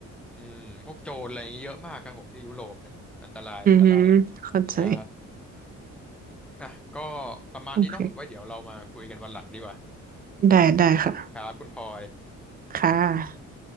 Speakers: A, in the centre; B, on the right.
A: อืมพวกโจรอะไรอย่างเงี้ยเยอะมากครับผมที่ยุโรปเนี่ยอันตรายอันตราย
B: อือหือเข้าใจ
A: ใช่อ่ะก็ประมาณนี้เนาะไว้เดี๋ยวเรามาคุยกันวันหลังดีกว่า
B: โอเคได้ได้ค่ะ
A: ครับคุณพลอย
B: ค่ะ